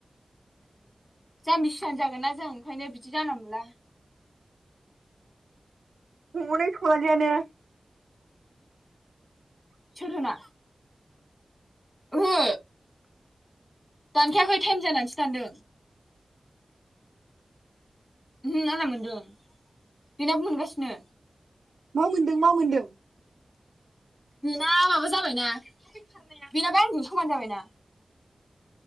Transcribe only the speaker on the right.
हनेै सनालिआनो
मा मोन्दों मा मोन्दों?